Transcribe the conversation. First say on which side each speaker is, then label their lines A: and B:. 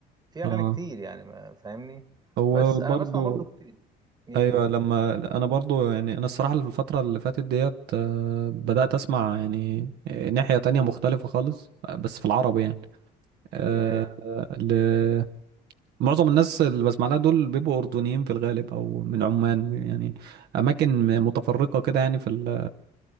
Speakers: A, on the right; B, on the right.
A: في
B: اه
A: اغاني كتير يعني ما فاهمني
B: هو
A: بس
B: برضو
A: انا بسمع برضو كتير مين
B: ايوه لما انا برضو يعني انا الصراحه الفتره اللي فاتت ديت آه، بدات اسمع يعني ناحيه تانية مختلفه خالص بس في العربي يعني آه،
A: اللي هي
B: آه، ل... معظم الناس اللي بسمع لها دول بيبقوا اردنيين في الغالب او من عمان يعني اماكن متفرقه كده يعني في ال...